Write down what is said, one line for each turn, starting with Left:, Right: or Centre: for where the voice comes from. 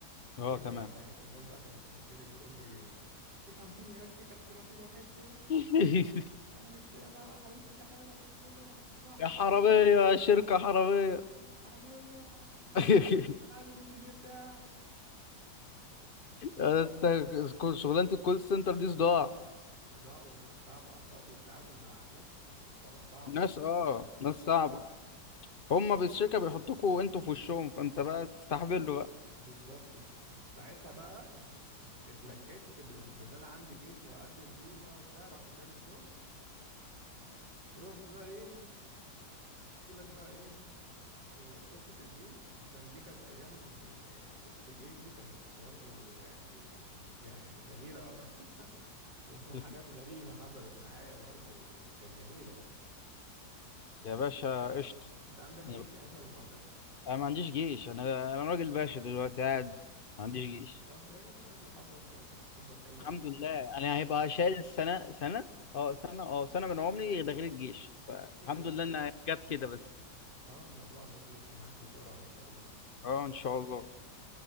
Left: اه
Right: كرهت
Left: تمام
Right: بقى حياتي الناس بقى كانت بتخش لي بتقول لي في 50 قرش كانت في الرصيد راحت فين
Left: <laughs>
Right: انا مست انا لسه شاحن الرصيد كله راح راح
Left: يا
Right: راح
Left: حراميه شركه حراميه
Right: والله يا حراميه انا
Left: <laughs>
Right: عايز <laughs> انا عايز النص جنيه بتاعي
Left: انت كل- شغلانه الكول سنتر دي صداع
Right: صداع وتعب اعصاب وبتعامل مع ناس است- صعبه
Left: ناس
Right: بس
Left: اه
Right: والله العظيم
Left: ناس
Right: يعني
Left: صعبه هما بالشركه بيحطوكوا انتوا في وشهم فانت بقى تستحملوا
Right: بالظبط است- يعني ساعتها بقى ات- ات- اتلككت بان بإن انا عندي جيش وهقدم جيش بقى وبتاع رحت سايب الشغل رحت بقى ايه احكي لك بقى ايه آه، قصة الجيش عشان دي كانت أيام آه، قصة الجيش دي كانت برضو يعني ج- يعني جميلة <laughs> وحاجات
Left: بقى
Right: غريبة حصلت معايا برضو يعني كانت جميلة يعني
Left: يا باشا قشطة
Right: أنت عندك جيش
Left: يعني
Right: صحيح ولا ما عندكش؟
Left: أنا ما عنديش جيش أنا أنا راجل باشا دلوقتي قاعد ما عنديش جيش
Right: طب زي الفل حظك حلو حظك حلو
Left: الحمد
Right: والله
Left: لله أنا هيبقى شايل سنة سنة أه سنة أه سنة من عمري ده غير الجيش فالحمد
Right: بالظبط
Left: لله إنها جت كده بس
Right: اه الموضوع هيخلص معاك بسرعة إن شاء الله
Left: أه إن شاء الله